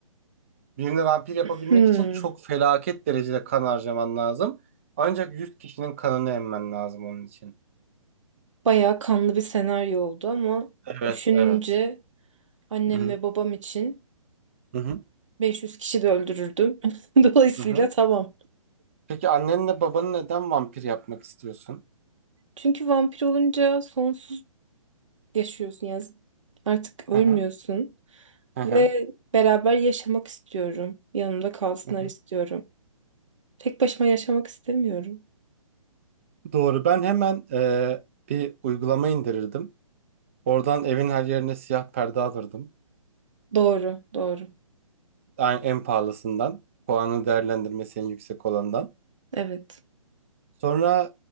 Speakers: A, on the right (about 25°); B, on the right (about 60°).
A: Birini vampir yapabilmek
B: Hmm,
A: için çok felaket derecede kan harcaman lazım. Ancak 100 kişinin kanını emmen lazım onun için.
B: bayağı kanlı bir senaryo oldu ama
A: Evet,
B: düşününce
A: evet.
B: annem
A: Hı hı.
B: ve babam için
A: Hı hı.
B: 500 kişi de öldürürdüm. <laughs> Dolayısıyla
A: Hı hı.
B: tamam.
A: Peki annenle babanı neden vampir yapmak istiyorsun?
B: Çünkü vampir olunca sonsuz yaşıyorsun ya. Artık ölmüyorsun
A: Hı hı. Hı hı.
B: ve beraber yaşamak istiyorum. Yanımda kalsınlar
A: Hı hı.
B: istiyorum. Tek başıma yaşamak istemiyorum.
A: Doğru. Ben hemen e, bir uygulama indirirdim. Oradan evin her yerine siyah perde alırdım.
B: Doğru, doğru.
A: Yani en pahalısından. Puanı değerlendirmesi en yüksek olandan.
B: Evet.
A: Sonra